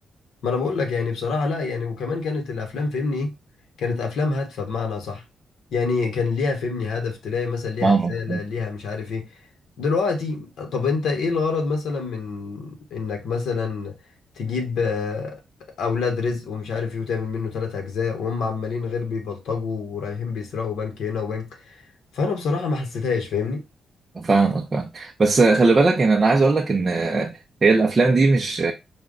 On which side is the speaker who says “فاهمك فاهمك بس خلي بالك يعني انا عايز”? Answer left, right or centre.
Right